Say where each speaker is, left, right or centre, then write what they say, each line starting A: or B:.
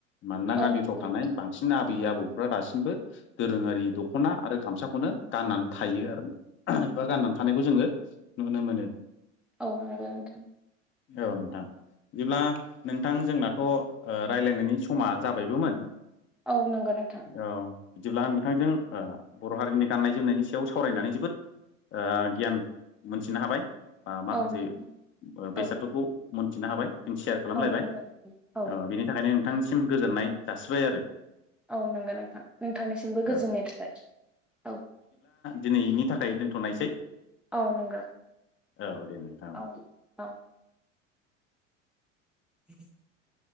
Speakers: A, on the left (about 30°); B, in the centre.
A: मानोना
B: औ
A: गामिफ्राव
B: नंगौ
A: थानाय बांसिन आ बै आबौफ्रा दासिमबो दोरोङारि दख'ना आरो गामसाखौनो गाननानै थायो आरो ना एबा गाननानै थानायखौ जोङो नुनो मोनो।
B: औव नंगौ नोंथां
A: औ नोंथां बिदिब्ला नोंथां जोंनाथ' ओ रायज्लायनायनि स समा जाबायबोमोन
B: औ नंगो नोंथां।
A: औ बिदिब्ला नोंथांजों ओ बर' हारिनि गाननाय जोमनायनि सायाव सावरायनानै जोबोद ओ गियान मोनथिनो हाबाय। बा माखासे
B: औ नोंथां
A: ओ
B: औ
A: बेसादफोरखौ मोनथिनो हाबाय। जों सेयार खालामलायबाय
B: औ जागोन नोंथां।
A: ओ बेनि थाखायनो नोंथांनिसिम गोजोननाय जासिबाय आरो।
B: औ नंगो नोंथां नोंथांनिसिमबो गोजोननाय
A: औ
B: थाबाय औ।
A: दिनैनि थाखाय दोनथ'नायसै।
B: औ नंगो
A: औ दे नोंथां
B: औ औ <unintelligible>